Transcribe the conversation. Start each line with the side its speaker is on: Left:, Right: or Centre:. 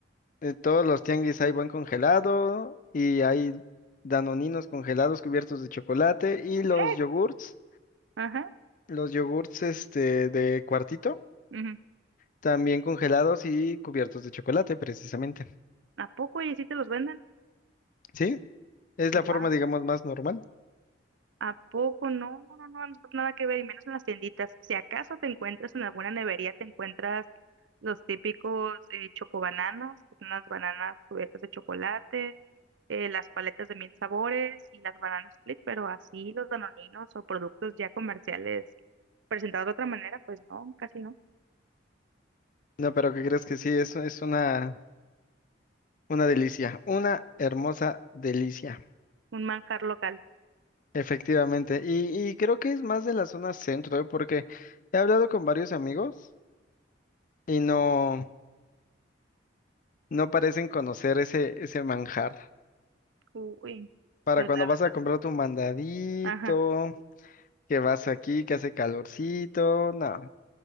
Left: En todos los tianguis hay buen congelado y hay danoninos congelados cubiertos de chocolate y los
Right: ¿Qué?
Left: yogurts,
Right: Ajá.
Left: los yogurts este de cuartito,
Right: ujú.
Left: también congelados y cubiertos de chocolate precisamente.
Right: ¿A poco y si te los venden?
Left: ¿Sí? Es
Right: Guau.
Left: la forma, digamos, más normal.
Right: ¿A poco? No, no, no, no, nada que ver, y menos en las tienditas. Si acaso te encuentras en alguna nevería, te encuentras los típicos eh, chocobananas, que son las bananas cubiertas de chocolate, eh, las paletas de mil sabores y las bananas split, pero así los danoninos o productos ya comerciales presentados de otra manera, pues no, casi no.
Left: No, pero ¿qué crees que sí? Es, es una, una delicia, una hermosa delicia,
Right: Un manjar local.
Left: efectivamente. Y, y creo que es más de la zona centro, ¿eh? Porque he hablado con varios amigos y no. No parecen conocer ese, ese manjar.
Right: Ujú. Uy,
Left: Para
Right: pues
Left: cuando
Right: la
Left: vas
Right: verdad.
Left: a comprar tu mandadito,
Right: Ajá.
Left: que vas aquí, que hace calorcito, no,